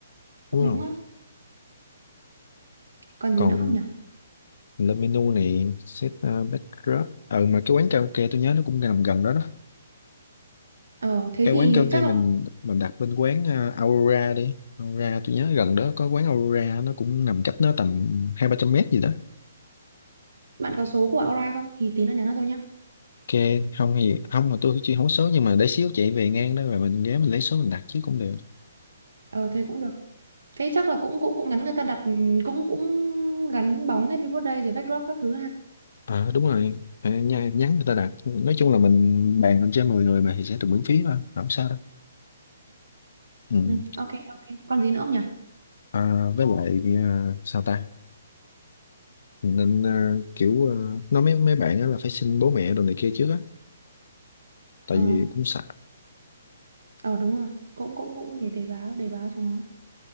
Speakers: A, on the right; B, on the left.
A: cũng
B: đúng
A: đúng
B: không
A: á còn gì
B: còn
A: nữa không nhỉ
B: mình lên menu này set uh, backdrop ờ mà cái quán karaoke tôi nhớ nó cũng nằm gần đó đó
A: ờ thế
B: cái
A: thì
B: quán karaoke
A: chắc
B: mình
A: là
B: mình đặt bên quán à, Aurora đi Aurora tôi nhớ gần đó có quán Aurora nó cũng nằm cách nó tầm hai ba trăm mét gì đó
A: bạn có số của Aura không thì tí nữa nhắn cho tôi nhá
B: ok không thì không mà tôi chưa hố số nhưng mà để xíu chạy về ngang đó rồi mình ghé mình lấy số mình đặt chứ cũng được
A: ờ thế cũng được thế chắc là cũng cũng cũng nhắn người ta đặt ừ, cũng cũng gắn bóng Happy Birthday rồi backdrop các thứ ha
B: ờ đúng rồi Phải nha- nhắn người ta đặt nói chung là mình bàn lên trên 10 người mà thì sẽ được miễn phí mà không sao đâu ừ.
A: ừ ok ok còn gì nữa không nhỉ
B: à, với lại à, sao ta Mình nên à, kiểu à, nói mấy mấy bạn đó là phải xin bố mẹ đồ này kia trước á tại
A: ờ
B: vì cũng sợ
A: ờ đúng rồi cũng cũng cũng để để báo để báo cho nó